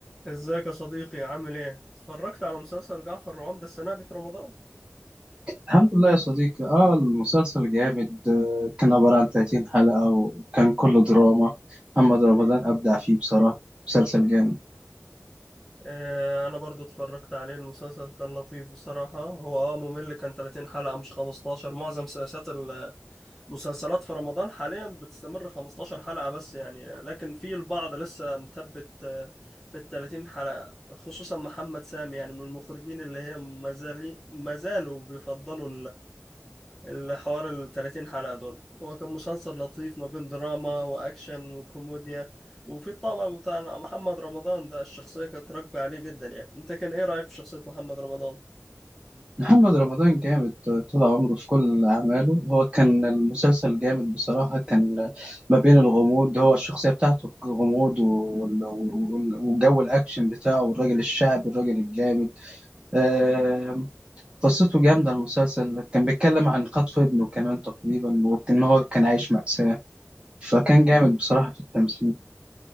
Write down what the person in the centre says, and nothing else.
ازيك يا صديقي عامل ايه؟ اتفرجت على مسلسل جعفر العمدة السنة دي في رمضان؟
اه انا برضو اتفرجت عليه المسلسل كان لطيف بصراحة هو اه ممل كان 30 حلقة مش 15 معظم سياسات المسلسلات في رمضان حاليا بتستمر 15 حلقة بس يعني لكن في البعض لسه مثبت آه، في ال 30 حلقة خصوصا محمد سامي يعني من المخرجين اللي هي ما زالي- ما زالوا بيفضلوا الحوار ال 30 حلقة دول هو كان مسلسل لطيف ما بين دراما وأكشن وكوميديا وفي الطابع بتاع محمد رمضان ده الشخصية كانت راكبة عليه جدا يعني أنت كان إيه رأيك في شخصية محمد رمضان؟